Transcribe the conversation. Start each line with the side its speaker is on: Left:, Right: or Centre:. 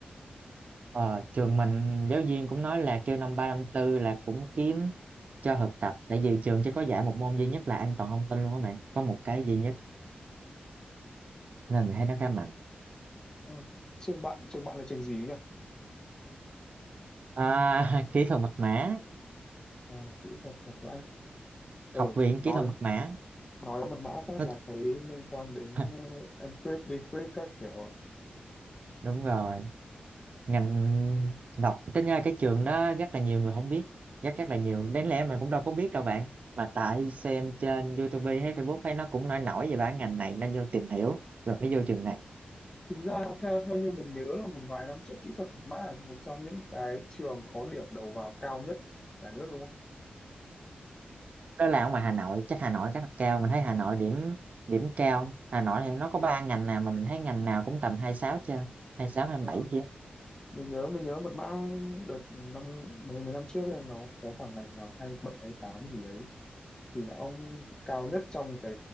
Right: ờ, trường mình giáo viên cũng nói là kêu năm ba năm tư là cũng kiếm cho thực tập tại vì trường chỉ có dạy một môn duy nhất là an toàn thông tin luôn á mày có một cái duy nhất nên mình thấy nó khá mạnh
Left: Ờ, trường bạn trường bạn là trường gì ấy nhỉ
Right: à, <laughs> kỹ thuật mật mã
Left: à, kỹ thuật thuật mã ừ,
Right: học viện
Left: nói
Right: kỹ thuật mật mã
Left: nói mật mã phát
Right: nó,
Left: là thấy liên quan đến
Right: <laughs>
Left: ờ, encrypt decrypt các kiểu rồi
Right: đúng rồi ngành đọc tính ra cái trường đó rất là nhiều người không biết rất rất là nhiều đến lẽ mình cũng đâu có biết đâu bạn mà tại xem trên YouTube hay Facebook hay nó cũng nổi nổi về bản ngành này nên vô tìm hiểu rồi mới vô trường này
Left: thực ra theo theo như mình nhớ là một vài năm trước kỹ thuật mật mã là một trong những cái trường có điểm đầu vào cao nhất cả nước đúng không
Right: đó là ở ngoài Hà Nội chắc Hà Nội chắc là cao mình thấy Hà Nội điểm điểm cao Hà Nội thì nó có ba ngành nào mà mình thấy ngành nào cũng tầm 26 chưa hai sáu hai
Left: Ờ,
Right: bảy chưa
Left: mình nhớ mình nhớ mật mã đợt năm mấy mấy năm trước ấy, nó có khoảng ngành nào hai bảy hay tám gì đấy thì là ông cao nhất trong cái